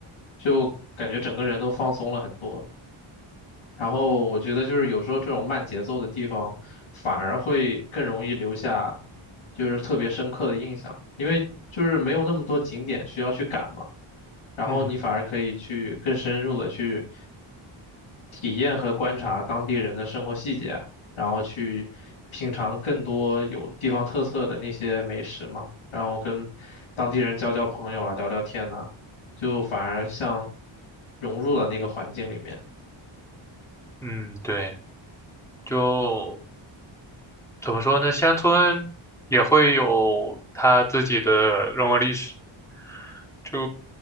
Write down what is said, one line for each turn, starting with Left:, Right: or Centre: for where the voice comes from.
Left: 就感觉整个人都放松了很多。然后我觉得就是有时候这种慢节奏的地方，反而会更容易留下就是特别深刻的印象，因为就是没有那么多景点需要去赶嘛，然后你反而可以去更深入的去
Centre: 嗯
Left: 体验和观察当地人的生活细节，然后去品尝更多有地方特色的那些美食嘛，然后跟当地人交交朋友啊，聊聊天呐，就反而像融入了那个环境里面。
Centre: 嗯，对，就怎么说呢？乡村也会有它自己的人文历史，就